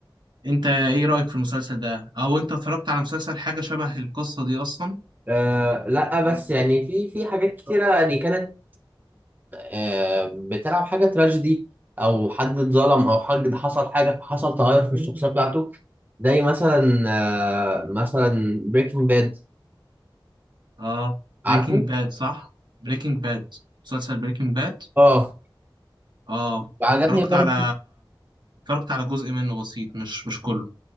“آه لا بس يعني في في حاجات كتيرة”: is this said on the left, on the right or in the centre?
Right